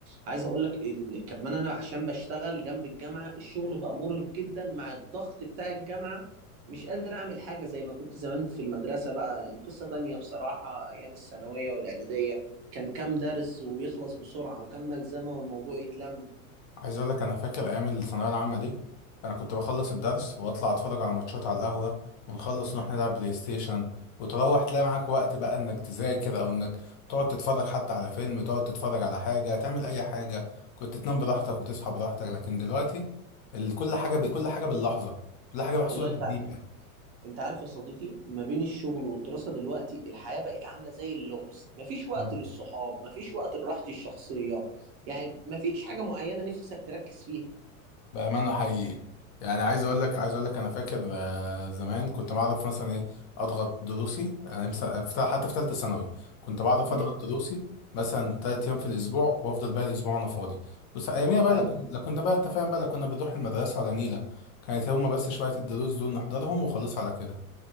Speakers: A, on the right (about 30°); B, on the left (about 35°).
A: عايز اقول لك ال... كمان انا عشان بشتغل جنب الجامعه الشغل بقى مرهق جدا مع الضغط بتاع الجامعه مش قادر اعمل حاجه زي ما كنت زمان في المدرسه بقى يعني قصه تانية بصراحه ايام الثانويه والاعداديه كان كام درس ويخلص بسرعه وكام ملزمه والموضوع يتلم
B: عايز اقول لك انا فاكر ايام الثانويه العامه دي انا كنت بخلص الدرس واطلع اتفرج على ماتشات على القهوه ونخلص نروح نلعب بلاي ستيشن وتروح تلاقي معاك وقت بقى انك تذاكر او انك تقعد تتفرج حتى على فيلم تقعد تتفرج على حاجه تعمل اي حاجه كنت تنام براحتك وتصحى براحتك لكن دلوقتي ال- كل حاجه ب... كل حاجه باللحظه كل حاجه محسوبه
A: والله انت
B: بالدقيقه
A: انت عارف يا صديقي ما بين الشغل والدراسة دلوقتي الحياة بقت عاملة زي اللغز مفيش وقت
B: تمام.
A: للصحاب مفيش وقت لراحتي الشخصية يعني مفيش حاجة معينة نفسك تركز فيها
B: بأمانة حقيقي يعني عايز اقول لك عايز اقول لك انا فاكر آه، زمان كنت بعرف مثلا ايه اضغط دروسي يعني مثلا في- حتى في ثالثه ثانوي كنت بعرف
A: امم
B: اضغط دروسي مثلا ثلاث ايام في الاسبوع وافضل بقى الاسبوع انا فاضي بس اياميها بقى
A: ايوه
B: لا كن- لا كنا بقى انت فاهم بقى لا كنا بنروح المدرسه ولا نيله كانت هما بس شويه الدروس دول نحضرهم وخلاص على كده